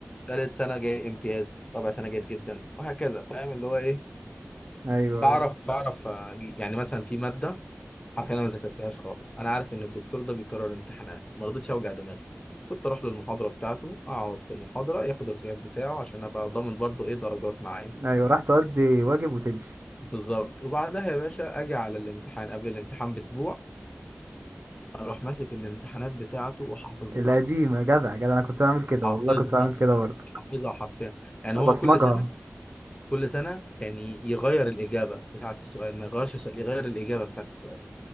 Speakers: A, on the left; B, on the right.
A: تالت سنة جاي امتياز رابع سنة جيد جدا وهكذا فاهم اللي هو ايه
B: ايوه
A: بعرف
B: ايوه
A: بعرف اجيب يعني مثلا في مادة عارف انا ما ذاكرتهاش خالص انا عارف ان الدكتور ده بيكرر امتحانات ما رضيتش اوجع دماغي كنت اروح للمحاضرة بتاعته اقعد في المحاضرة ياخد الغياب بتاعه عشان ابقى ضامن برضو ايه درجات معايا
B: ايوه راح تقضي واجب وتمشي
A: بالظبط وبعدها يا باشا اجي على الامتحان قبل الامتحان باسبوع اروح ماسك الامتحانات بتاعته وحافظها
B: القديمه جدع جدع انا كنت بعمل كده
A: حافظها
B: والله كنت بعمل كده برضه
A: حافظها حرفيا يعني
B: ابصمجها
A: هو كل سنة كل سنة كان ي- يغير الإجابة بتاعة السؤال ما يغيرش السؤال يغير الإجابة بتاعة السؤال